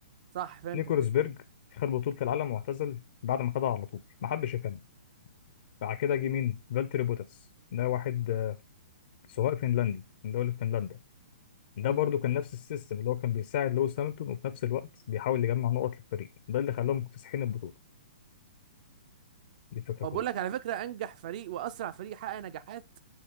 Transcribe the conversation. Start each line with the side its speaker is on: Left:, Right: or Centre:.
Right: صح فهمتك
Left: نيكولاس
Right: كده
Left: بيرج خد بطولة العالم واعتزل بعد ما خدها على طول ما حدش يكمل بعد كده جه مين فالتري بوتاس ده واحد آه، سواق فنلندي من دولة فنلندا ده
Right: امم
Left: برضو كان نفس السيستم اللي هو كان بيساعد لويس هامilton وفي نفس الوقت بيحاول يجمع نقط للفريق ده اللي خلاهم مكتسحين البطوله دي الفكره
Right: هو
Left: كلها
Right: بقول لك على فكره انجح فريق واسرع فريق حقق نجاحات